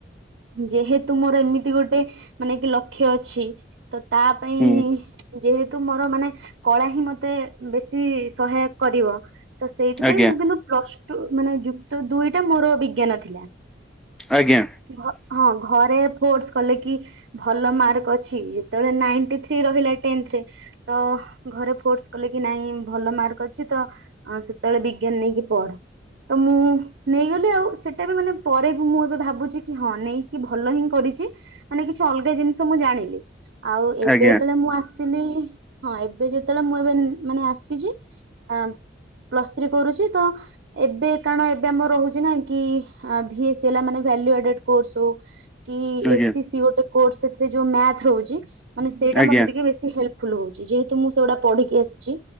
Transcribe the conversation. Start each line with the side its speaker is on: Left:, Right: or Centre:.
Right: ଯେହେତୁ ମୋର ଏମିତି ଗୋଟେ ମାନେ କି ଲ କ୍ଷ ଅଛି ତ ତା ପାଇଁ
Centre: ହୁଁ।
Right: ଯେହେତୁ ମୋର ମାନେ କଳା ହିଁ ମତେ ବେଶୀ ସହାୟକ କରିବ। ତ ସେଇଥିପାଇଁ
Centre: ଆଜ୍ଞା
Right: ମୁଁ କିନ୍ତୁ ପ୍ଲସ ଟୁ ମାନେ ଯୁକ୍ତଦୁଇଟା ମୋର ବିଜ୍ଞାନ ଥିଲା।
Centre: ଆଜ୍ଞା।
Right: ଘ ହଁ ଘରେ ଫୋର୍ସ କଲେ କି ଭଲ ମାର୍କ ଅଛି ଯେତବେଳେ ନାଇଣ୍ଟି ଥ୍ରୀ ରହିଲା ଟେନ୍ଥ ରେ। ତ ଘରେ ଫୋର୍ସ କଲେ କି ନାଇଁ ଭଲ ମାର୍କ ଅଛି ତ ହଁ ସେତବେଳେ ବିଜ୍ଞାନ ନେଇକି ପଢ଼। ତ ମୁଁ ନେଇଗଲି ଆଉ ସେଟା ବି ମାନେ ପରେ ବି ମୁଁ ଏବେ ଭାବୁଚି କି ହଁ ନେଇ କି ଭଲ ହିଁ କରିଚି ମାନେ କିଛି ଅଲଗା ଜିନିଷ ମୁଁ ଜାଣିଲି ଆଉ ଏବେ
Centre: ଆଜ୍ଞା
Right: ଯେତବେଳେ ମୁଁ ଆସି ସିଲି ହଁ ଏବେ ଯେତବେଳେ ମୁଁ ଏବେ ମାନେ ଆସିଚି ଆ ପ୍ଲସ ଥ୍ରୀ କରୁଚି ତ ଏବେ କାରଣ ଏବେ ଆମର ରହୁଚି ନା କି ଭି ଏ ସି ହେଲା ମାନେ ଭେଲୁ ଅଡେଡ଼ କୋର୍ସ ହଉ କି
Centre: ଆଜ୍ଞା
Right: ଏସ୍ ସି ସି ଗୋଟେ କୋର୍ସ ସେଥିରେ ଯୋଉ ମ୍ୟାଥ ରହୁଚି ମାନେ ସେଇଟା
Centre: ଆଜ୍ଞା
Right: ମତେ ଟିକେ ବେ ଶୀ ହେଲ୍ପଫୁଲ ହଉଚି ଯେହେତୁ ମୁଁ ସେଇଗୁଡ଼ା ପଢିକି ଆସିଚି